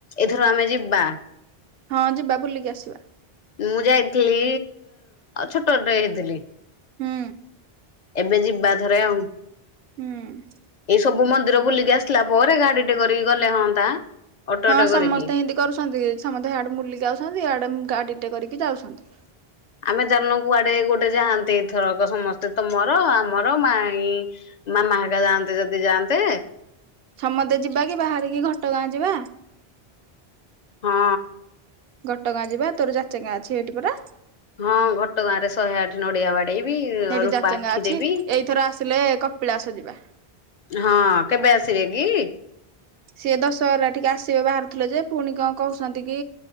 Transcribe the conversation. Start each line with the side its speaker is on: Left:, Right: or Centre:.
Left: ଏଥିରୁ ଆମେ ଯିବା।
Right: ହଁ ଯିବା ବୁଲିକି ଆସିବା।
Left: ମୁଁ ଯାଇଥିଲି ଛୋଟଟେ ହେଇଥିଲି।
Right: ହୁଁ!
Left: ଏବେ ଯିବା ଥରେ ଆଉ!
Right: ହୁଁ!
Left: ଏଇ ସବୁ ମନ୍ଦିର ବୁଲିକି ଆସିଲା ପରେ ଗାଡି ଟେ କରିକି ଗଲେ ହଅନ୍ତା। ଅଟୋଟେ
Right: ହଁ ସମସ୍ତେ
Left: କରିକି
Right: ଏମିତି କରୁଛନ୍ତି ସମସ୍ତେଆଡେ ବୁଲିକି ଆଉଛନ୍ତିଆଡେ ଗାଡିଟେ କରି ଯାଉଛନ୍ତି
Left: ଆମେ ଜାଣିନୁ କୁଆଡେ ଗୋଟେ ଯାଆନ୍ତି ଏଇଥରକ ସମସ୍ତେ ତମର ଆମର ମାଇ ମାମାହାଙ୍କା ଯାଆନ୍ତେ ଯଦି ଯାଆନ୍ତେ।
Right: ସମସ୍ତେ ଯିବା କି ବାହାରିକି ଘଟଗାଁ ଯିବା।
Left: ହଁ!
Right: ଘଟଗାଁ ଯିବା ତୋର ଯାଚେ ଗାଁ ଅଛି ଏଇଠି ପରା।
Left: ହଁ ଘଟଗାଁ ରେ ଶହେ ଆଠ ନଡିଆ ବାଡେଇବି।
Right: ସେଇଠି
Left: ରୂପା
Right: ଯାଚେଙ୍ଗା
Left: ଆଖି
Right: ଅଛି
Left: ଦେବି
Right: ଏଇଥର ଆସିଲେ କପିଳାସଜିବା।
Left: ହଁ କେବେ ଆସିବେ କି?
Right: ସିଏ ଦଶହରା ଟିକେ ଆସିବେ ବାହାରୁଥିଲେ ଯେ ପୁଣି କଣ କହୁଛନ୍ତି କି